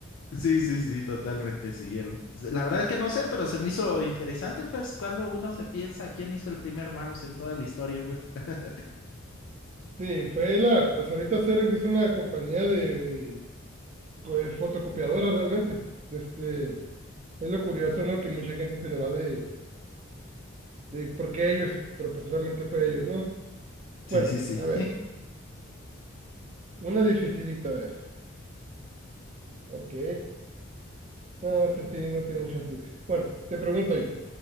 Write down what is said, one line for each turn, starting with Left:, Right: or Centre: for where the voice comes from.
Left: Sí, sí, sí, sí, totalmente, sí. él. La verdad es que no sé, pero se me hizo interesante, pues, cuando uno se piensa quién hizo el primer mouse en toda la historia, pues. <laughs>
Right: Sí, fue la. Pues ahorita Xerox es una compañía de, de fotocopiadoras realmente. Este, es lo curioso, ¿no? Que mucha gente se le va de, de por qué ellos, pero pues realmente fue ellos, ¿no?
Left: Sí,
Right: Bueno,
Left: sí, sí.
Right: a ver. Una dificilita, a ver. Ok. No, eso sí, no tiene mucho sentido. Bueno, te pregunto yo.